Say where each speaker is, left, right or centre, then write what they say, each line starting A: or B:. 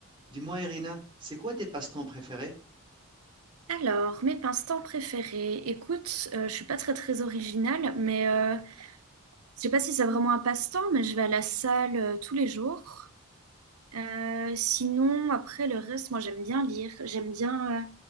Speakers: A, on the right; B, on the right.
A: Dis-moi, Irina, c'est quoi tes passe-temps préférés?
B: Alors, mes passe-temps préférés. Écoute, euh, je suis pas très très originale, mais euh, je sais pas si c'est vraiment un passe-temps, mais je vais à la salle euh, tous les jours. Euh, sinon, après le reste, moi j'aime bien lire. J'aime bien. euh,